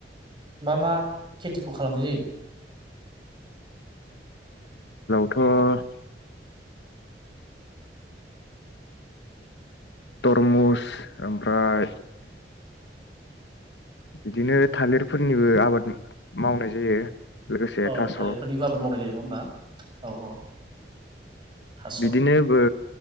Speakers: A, on the right (about 30°); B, on the left (about 80°).
A: मा मा खेथिखौ खालामनाय जायो ।
B: थ' ओ तरमुस ओमफ्राय बिदिनो थालिरफोरनिबो आबाद मावनाय जायो । लोगोसे
A: औ
B: थास'
A: थालिरफोरनिबो आबाद मावनाय जायो नङा होमबा औ औ थास' औ
B: बिदिनो ओ